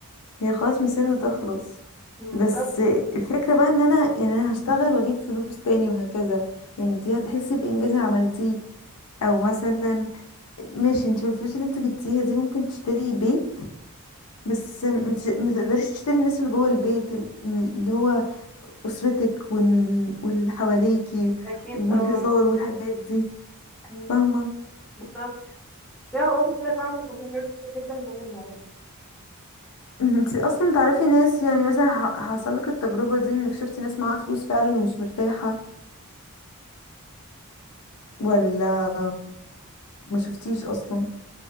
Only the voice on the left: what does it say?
هي خلاص مصيرها تخلص
بس الفكرة بقى ان انا يعني انا هشتغل واجيب فلوس تاني وهكذا يعني دي هتحسي بانجاز عملتيه او مثلا ماشي انت بالفلوس اللي انت جبتيها دي ممكن تشتري بيت بس
ما تش- ما تقدريش تشتري الناس اللي جوه البيت ال- اللي هو اسرتك وال- واللي حواليكي
والهزار
والحاجات دي
فاهمة
<laughs> انت اصلا تعرفي ناس يعني مثلا ح- حصل لك التجربة دي انك شفتي ناس معاها فلوس فعلا ومش مرتاحة ولا ما شفتيش اصلا